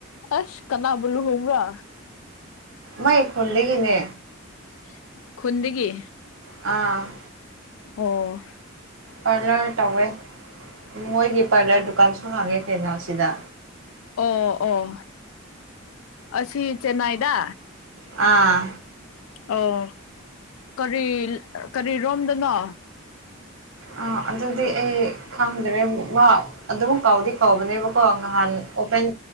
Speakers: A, on the left; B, on the right.
A: ꯑꯁ ꯀꯅꯥꯕꯨ ꯂꯨꯍꯨꯡꯕ꯭ꯔ
B: ꯃꯥꯏ ꯈꯨꯣꯟꯗꯒꯤꯅꯦ
A: <unintelligible> ꯈꯨꯟꯗꯒꯤ
B: ꯑꯥ
A: ꯑꯣ
B: ꯄꯥꯔꯂꯔ ꯇꯧꯋꯦ ꯃꯣꯏꯒꯤ ꯄꯥꯔꯂꯔ ꯗꯨꯀꯥꯟꯁꯨ ꯍꯥꯡꯉꯦ ꯀꯩꯅꯣ ꯁꯤꯗ
A: ꯑꯣ ꯑꯣ ꯑꯁꯤ ꯆꯦꯟꯅꯥꯏꯗ
B: ꯑꯥ
A: ꯑꯣ ꯀꯔꯤ ꯀꯔꯤꯔꯣꯝꯗꯅꯣ
B: ꯑꯥ ꯑꯗꯨꯗꯤ ꯑꯩ ꯈꯪꯗ꯭ꯔꯦ ꯃꯥ ꯑꯗꯨꯝ ꯀꯥꯎꯗꯤ ꯀꯥꯎꯕꯅꯦꯕꯀꯣ ꯉꯍꯟ ꯑꯣꯄꯦꯟ